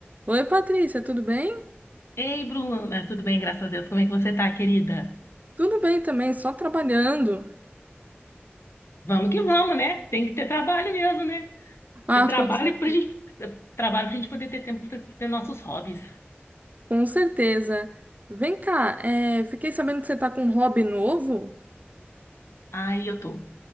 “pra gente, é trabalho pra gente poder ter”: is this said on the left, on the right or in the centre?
Left